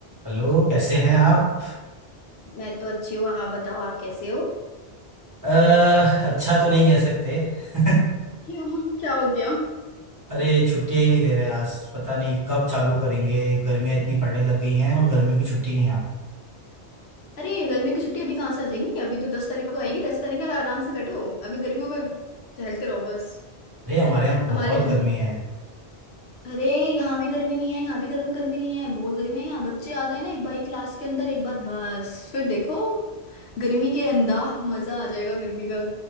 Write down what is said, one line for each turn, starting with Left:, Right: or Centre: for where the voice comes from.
Right: Hello कैसे हैं
Left: Hello
Right: आप
Left: मैं तो अच्छी हूँ आप बताओ आप कैसे हो
Right: अ, अच्छा तो नहीं कह सकते <laughs>
Left: क्यों क्या हो गया
Right: अरे छुट्टियां ही नहीं दे रहे आज पता नहीं कब चालू करेंगे गर्मियां इतनी पड़ने लग गई हैं और गर्मियों की छुट्टी नहीं आ रही
Left: अरे गर्मियों की छुट्टी अभी कहाँ से आ जाएंगी अभी तो दस तारीख को आएंगी दस तारीख का आराम से बैठो अभी गर्मियों में टहलते रहो बस
Right: अरे हमारे
Left: <laughs>
Right: यहाँ बहुत
Left: हमारे दिन
Right: गर्मी है
Left: अरे यहाँ भी गर्मी नहीं है यहाँ भी गर्म गर्मी नहीं है बहुत गर्मी है यहाँ बच्चे आ जाए ना एक बार क्लास के अंदर एक बार बस फिर देखो गर्मी के अंदा मजा आ जाएगा गर्मी का